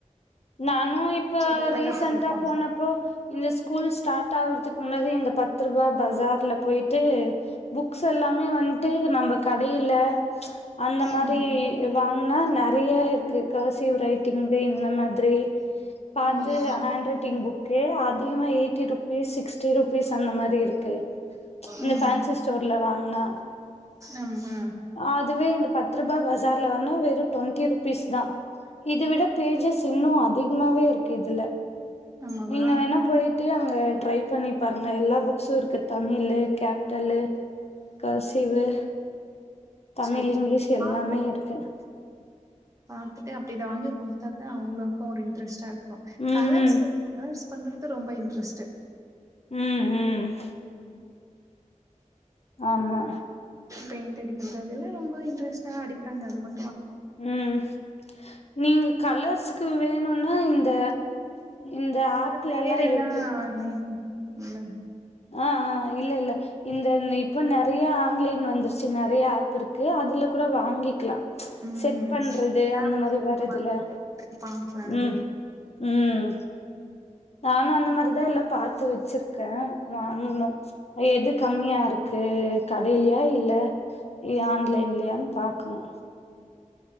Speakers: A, on the left; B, on the right.
A: நானும் இப்ப
B: அதெல்லா
A: ரீசென்டா
B: கத்து குடுப்பாங்க
A: போனப்போ இந்த ஸ்கூல் ஸ்டார்ட் ஆகுறதுக்கு முன்னரே இந்த பத்ரூபா பஸார் ல போயிட்டு புக்ஸ் எல்லாமே வன்ட்டு நம்ம கடையில அந்த மாரி
B: ம்
A: வாங்கனா நெறைய இருக்கு கர்சிவ் ரைட்டிங் இந்த மாதிரி பாத்து
B: ம்
A: ஹேண்ட் ரைட்டிங் புக்கு அதிகமா எயிட்டி ருப்பீஸ் சிக்ஸ்ட்டி ருப்பீஸ் அந்த மாரி இருக்கு இந்த
B: ம்
A: பேன்சி ஸ்டோர்ல ங்க வாங்கனா
B: ஆமா
A: அதுவே இந்த பத்ரூபா காசு ஜார்ல வாங்குனா வெறு டுவெண்டி ருபீஸ் தா இது விட டேஜஸ் இன்னு அதிகமாவே இருக்கு இதுல
B: ஆமாவா
A: நீங்க வேணா போயிட் டு அங்க ட்ரை பண்ணி பாருங்க எல்லா புக்ஸு இருக்கு தமிழு கேப் டல்லு கர்சீவு தமிழ்
B: சேரி
A: இங்லீஷ் எல்லாமே
B: பாக்குறே
A: இருக்கு <inaudible>
B: பாத்துட்டு அப்டி இத வாங்கி குடுத்தா தா அவுங்களுக்கு ஒரு இன் ட்ரெஸ்ட்டா இர்க்கு
A: ம்
B: கலர்ஸு
A: ம்
B: கலர்ஸ் பண்றது ரொம்ப இன் ட்ரெஸ்ட்டு
A: உம் உம் உம் ஆமா
B: பெயிண்ட் அடிக்கறது அதுல ரொம்ப இன்ட்ரஸ்ட்டா அடிக்கறாங்க அது ம
A: உம் நீங்க கலர்ஸ் கு வேணுன்னா இந்த இந்த
B: <inaudible>
A: ஆப்லல்லா
B: பேர் எல்லா
A: இருக்கு
B: நேம் <inaudible>
A: ஆஹ் ஆஹ் இல்ல இல்ல இந்த இந் இப்ப நெறயா ஆன்லைன் வந்துருச்சு நெறயா ஆப் இருக்கு அதுல கூட வாங்கிக்கலா
B: ம்
A: செட் பண்றது அந்த
B: ஆப்
A: மாரி
B: மூலியமா
A: வருதுல்ல
B: வாங்கிக்க பாக்கலா அதுல
A: உம் உம் நானு அந்த மாரி தா எல்லா பாத்து வச்சிருக்கே வாங்கனு எதுக் கம்மியா இருக்கு கடைலயா இல்ல இல்ல
B: ம்
A: ஆன்லைன்லயான் பாக்கணு